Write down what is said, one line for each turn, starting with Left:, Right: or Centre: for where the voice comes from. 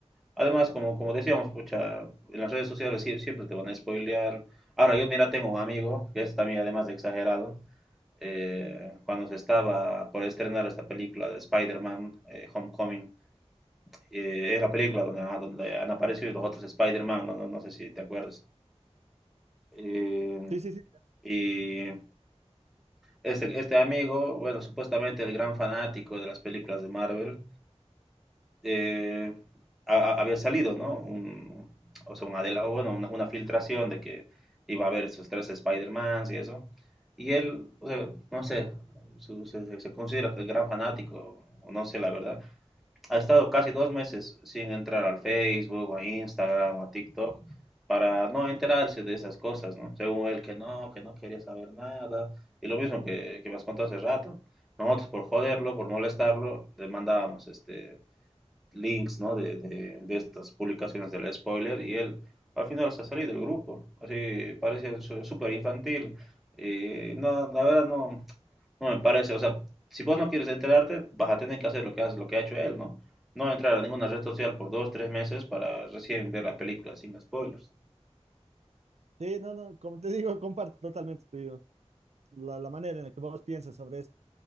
Centre: Además, como, como decíamos, pucha, en las redes sociales sie- siempre te van a spoilear. Ahora, yo, mira, tengo un amigo, que es también además de exagerado, eh, cuando se estaba por estrenar esta película de Spider-Man eh, Homecoming, eh, es la película donde, ah, donde han aparecido los otros Spider-Man, no, no- no sé si te acuerdas. Eh,
Right: Sí, sí, sí.
Centre: y este, este amigo, bueno, supuestamente el gran fanático de las películas de Marvel, eh, a- a- había salido, ¿no? Un- o sea, una, de la- bueno, una, una filtración de que iba a haber esos tres Spider-Mans y eso. Y él, o sea, no sé, su- se, se considera que es gran fanático, o no sé la verdad. Ha estado casi dos meses sin entrar al Facebook, a Instagram, o a TikTok, para no enterarse de esas cosas, ¿no? Según él, que no, que no quería saber nada. Y lo mismo que, que me has contado hace rato. Nosotros por joderlo, por molestarlo, le mandábamos este, links, ¿no? De, de, de estas publicaciones del spoiler y él al final se ha salido del grupo. Así parece súper infantil. Y no, la verdad no, no me parece. O sea, si vos no quieres enterarte, vas a tener que hacer lo que hace, lo que ha hecho él, ¿no? No entrar a ninguna red social por dos, tres meses para recién ver la película sin spoilers.
Right: Sí, no, no, como te digo, <laughs> comparto totalmente tu idea. la, la manera en la que vos piensas sobre